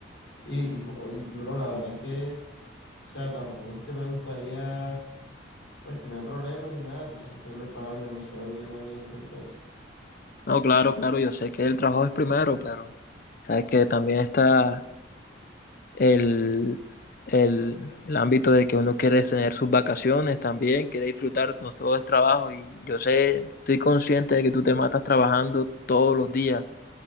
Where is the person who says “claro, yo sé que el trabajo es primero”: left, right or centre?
Left